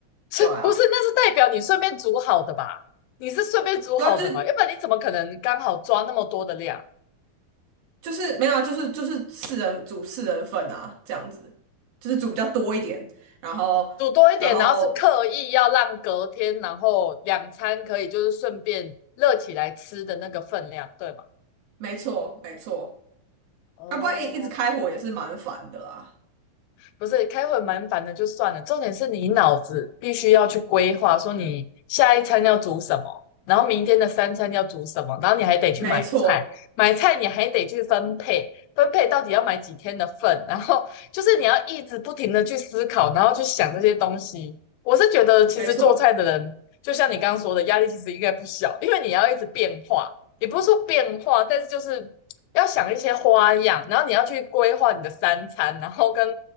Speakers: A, on the left; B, on the right.
A: 是不是？
B: 对啊，
A: 那是代表你顺便煮好的吧？你是顺便煮好的吧？
B: 对啊，就是
A: 要不然你怎么可能刚好抓那么多的量？
B: 就是没有啊，就是就是四人煮四人份啊，这样子，就是煮比较多一点，然后然后
A: 煮多一点，然后是刻意要让隔天，然后两餐可以就是顺便热起来吃的那个分量，对吗？
B: 没错没错，
A: 哦，
B: 要不然一一直开火也是蛮烦的啦。
A: 不是开会蛮烦的，就算了。重点是你脑子必须要去规划，说你下一餐要煮什么，然后明天的三餐要煮什么，然后你还得去买菜，
B: 没错
A: 买菜你还得去分配，分配到底要买几天的份，然后就是你要一直不停的去思考，然后去想这些东西。我是觉得，其实做菜的人，
B: 没错，
A: 就像你刚刚说的，压力其实应该不小，因为你要一直变化，也不是说变化，但是就是要想一些花样，然后你要去规划你的三餐，然后跟